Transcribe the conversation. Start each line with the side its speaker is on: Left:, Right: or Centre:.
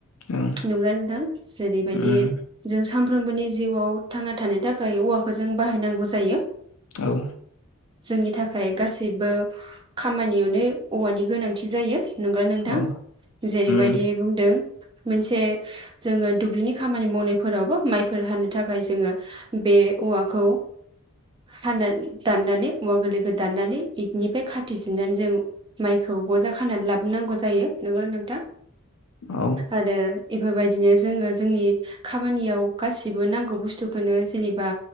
Left: ओं
Right: नंगौ ना नोंथां जेरैबायदि
Left: उम
Right: जों सानफ्रोमबोनि जिउआव थांना थानो थाखाय औवाखौ जों बाहायनांगौ जायो
Left: औ
Right: जोंनि थाखाय गासैबो खामानियावनो औवानि गोनांथि जायो नंगौना नोंथां
Left: औ
Right: जेरैबायदि
Left: उम
Right: बुंदों मोनसे जोङो दुब्लिनि खामानि मावनायफोरावबो माइफोर हानो थाखाय जोङो बे औवाखौ हा दाननानै औवा गोरलैखौ दाननानै इकनिफ्राय खाथिजन्नानै जों माइखौ बजा खानानै लाबोनांगौ जायो नंगौना नोंथां
Left: औ
Right: आरो एफोरबाय बिदिनो जोङो जोंनि खामानियाव गासिबो नांगौ बुस्थुखौनो जेनेबा